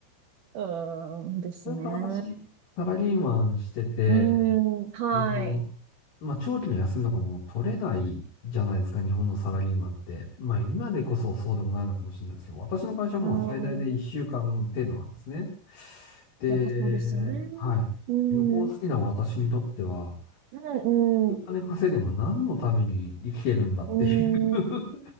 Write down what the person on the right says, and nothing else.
<laughs> うん、ですね。
うん、はい。
うんうん、
やっぱそうですよね。
うん、
うん、うん、
うん。うん